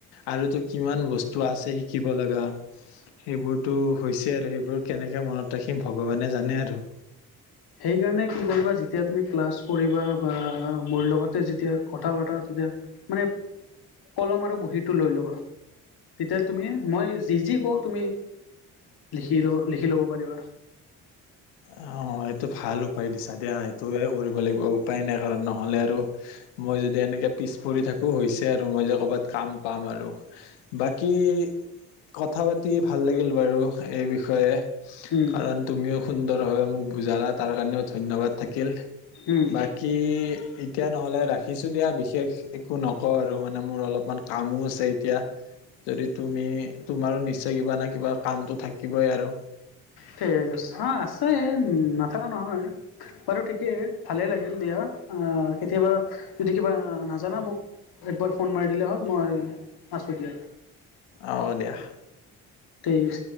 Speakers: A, on the left (about 85°); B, on the left (about 70°).
A: আৰুতো কিমান বস্তু আছে শিকিব লগা সেইবোৰতো হৈছে আৰু সেইবোৰ কেনেকে মনত ৰাখিম ভগৱানে জানে আৰু
B: সেইকাৰণে কি কৰিবা যেতিয়া তুমি ক্লাছ কৰিবা বা মোৰ লগতে যেতিয়া কথা পতা তেতিয়া মানে কলম আৰু বহীটো লৈ ল'বা তেতিয়া তুমি মই যি যি কওঁ তুমি লিখি ল লিখি ল'ব পাৰিবা
A: অঁ এইটো ভাল উপায় দিছা দিয়া সেইটোৱে কৰিব লাগিব উপায় নাই ক নহ'লে আৰু মই যদি এনেকে পিছ পৰি থাকোঁ হৈছে আৰু মই যে ক'ৰবাত কাম পাম আৰু বাকী কথা পাতি ভাল লাগিল বাৰু এই বিষয়ে
B: উম
A: কাৰণ তুমিও সুন্দৰভাৱে মোক বুজালা তাৰ কাৰণেও ধন্যবাদ থাকিল
B: উম
A: বাকী এতিয়া নহ'লে ৰাখিছো দিয়া বিশেষ একো নকওঁ আৰু মানে মোৰ অলপমান কামো আছে এতিয়া যদি তুমি তোমাৰো নিশ্চয় কিবা নে কিবা কামটো থাকিবই আৰু
B: ঠিক আছে হা আছে নাথাকা নহয় বাৰু ঠিকেই ভালেই লাগিল দিয়া কেতিয়াবা যদি কিবা নাজানা মোক একবাৰ ফোন মাৰি দিলে হ'ল মই আছো দিয়া
A: অঁ দিয়া
B: তেইচ